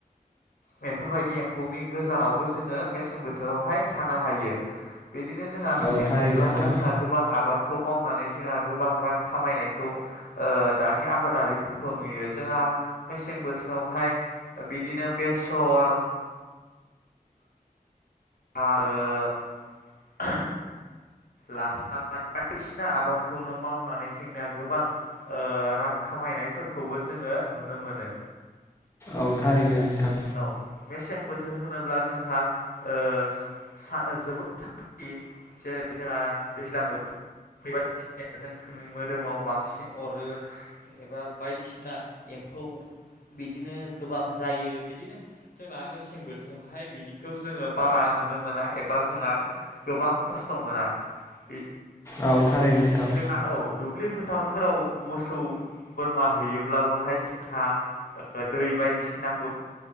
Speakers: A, on the left; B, on the left.
A: बेफोरबायदि एम्फौनि गोजानावबो जोङो मेसें बोथोरावहाय थानो हायो। बिदिनो जोंहा मेसें
B: औ थारैनो
A: बोथोरावबो
B: नोंथां
A: जोंहा गोबां आबादखौ मावनानै जोंहा गोबां रां खामायनाय खौ ओ दानि आबादारिफोरखौ नुयो जोंहा मेसें बोथोरावहाय बिदिनो बेसर लाफा ओ लाफा बायदिसिना आबादखौनो मावनानै जोंनिया गोबां ओ रां खामायनायफोरखौबो जोङो नुनो मोनो।
B: औ थारैनो नोंथां
A: औ मेसें बोथोर होनोब्ला जोंहा ओ सा जोबोद दैज्लां बोथो <unintelligible> बायदिसिना जों मोदोमाव बांसिन अरो एबा बायदिसिना एम्फौ बिदिनो गोबां जायो। बिदिनो जोंना मेसें बोथोरावहाय बिदिखौ जोङो बारा नुनो मोना एबा जोंहा गोबां खस्थ मोना बि
B: औ थारैनो नोंथां
A: जोंना औ दुब्लिफोर फोथारफोराव मोसौ बोरमा हैयोब्लाबो जोंहा दै बायदिसिनाखौ